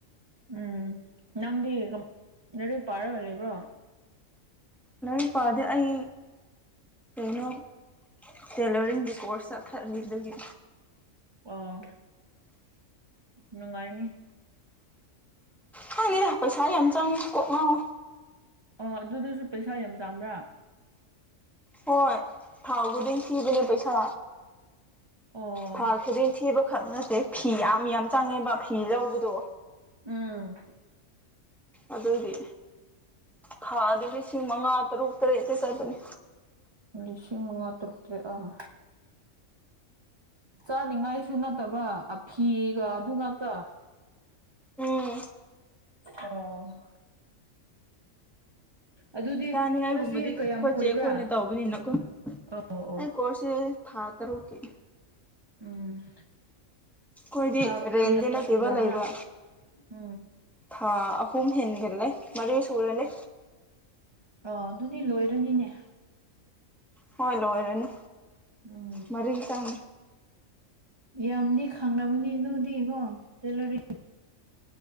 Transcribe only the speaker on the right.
ꯎꯝ ꯅꯪꯗꯤ ꯀꯃꯥꯏ ꯂꯥꯏꯔꯤꯛ ꯄꯥꯔꯒ ꯂꯩꯕ꯭ꯔꯣ
ꯑꯣ ꯅꯨꯡꯉꯥꯏꯅꯤ
ꯑꯣ ꯑꯗꯨꯗꯖꯨ ꯄꯩꯁꯥ ꯌꯥꯝ ꯆꯪꯕ꯭ꯔꯥ
ꯑꯣ
ꯎꯝ
ꯂꯤꯁꯤꯡ ꯃꯉꯥ ꯇꯔꯨꯛ ꯇꯔꯦꯠ ꯑꯥ ꯆꯥꯅꯤꯉꯥꯏꯁꯨ ꯅꯠꯇꯕ ꯑꯐꯤꯒ ꯑꯗꯨ ꯉꯥꯛꯇ
ꯑꯣ ꯑꯗꯨꯗꯤ
ꯀꯣꯔꯁꯁꯤ ꯀꯌꯥꯝ
ꯀꯨꯏꯕ꯭ꯔꯥ
ꯑꯣ ꯑꯣ
ꯎꯝ
ꯊꯥ
ꯀꯌꯥ
ꯁꯨꯔꯕ꯭ꯔꯥ
ꯎꯝ
ꯑꯣ ꯑꯗꯨꯗꯤ ꯂꯣꯏꯔꯅꯤꯅꯦ
ꯎꯝ
ꯌꯥꯝꯗꯤ ꯈꯪꯔꯕꯅꯤ ꯑꯗꯨꯗꯤꯀꯣ ꯇꯦꯂꯔꯤꯡ